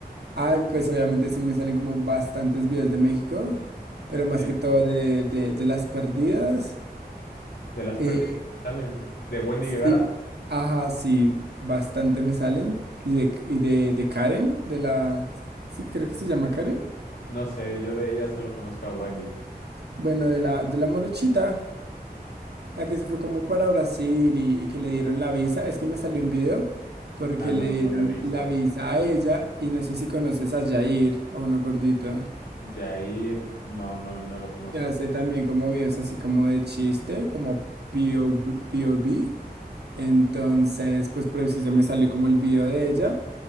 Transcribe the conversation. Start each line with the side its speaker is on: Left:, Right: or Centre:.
Right: Ay, pues obviamente sí me salen como bastantes videos de México, pero más
Left: sí.
Right: que todo de, de, de las perdidas.
Left: De las
Right: Eh,
Left: perdidas que salen. De Wendy
Right: sí,
Left: Guevara,
Right: ajá, sí, bastante me salen. Y de, y de, de Karen, de la, sí, creo que se llama Karen.
Left: no sé, yo de ella solo conozco a Wendy.
Right: Bueno, de la, de la morochita, la que se fue como para Brasil y, y que le dieron la visa. Es que me salió un video porque
Left: Ah, no,
Right: le dieron
Left: no la he visto.
Right: la visa a ella y no sé si conoces a Jair o uno gordito.
Left: Jair, no, no, no lo conozco.
Right: Ya sé también como videos así como de chiste, como POV. POV. Entonces, pues preciso me salió como el video de ella,